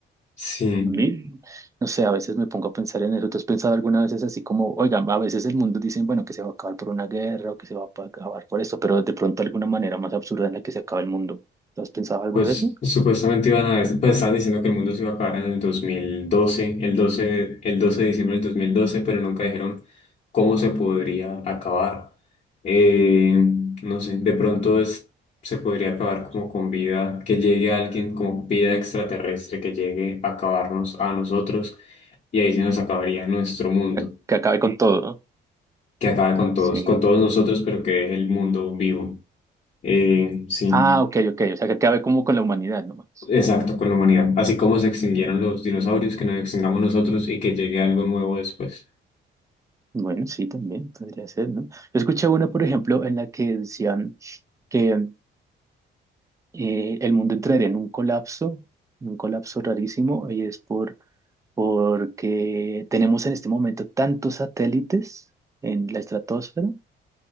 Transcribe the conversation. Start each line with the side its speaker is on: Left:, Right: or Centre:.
Left: sí.
Right: A mí, no sé, a veces me pongo a pensar en eso. ¿Tú has pensado alguna vez así como, oigan, a veces el mundo dicen, bueno, que se va a acabar por una guerra o que se va a pa- acabar por esto, pero de pronto alguna manera más absurda en la que se acaba el mundo? ¿Tú has pensado algo
Left: Pues
Right: de eso?
Left: supuestamente iban a, des- pues estaban diciendo que el mundo se iba a acabar en el 2012, el 12, de- el 12 de diciembre del 2012, pero nunca dijeron cómo se podría acabar. Eh, no sé, de pronto es- se podría acabar como con vida, que llegue alguien como vida extraterrestre, que llegue a acabarnos a nosotros y ahí se nos acabaría nuestro mundo,
Right: Que, que acabe con Sí. todo, ¿no?
Left: que acabe con todos,
Right: Sí.
Left: con todos nosotros, pero que deje el mundo vivo. Eh, sí.
Right: Ah, ok, ok, o sea, que acabe como con la humanidad nomás.
Left: Exacto, con la humanidad. Así como se extinguieron los dinosaurios, que nos extingamos nosotros y que llegue algo nuevo después.
Right: Bueno, sí, también podría ser, ¿no? Yo escuché una, por ejemplo, en la que decían que eh, el mundo entraría en un colapso, en un colapso rarísimo, y es por, porque tenemos en este momento tantos satélites en la estratosfera